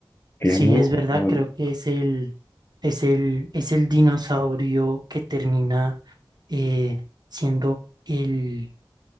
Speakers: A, on the left; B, on the right.
A: que
B: sí,
A: es muy,
B: es verdad,
A: muy-
B: creo que es el, es el, es el dinosaurio que termina eh, siendo el,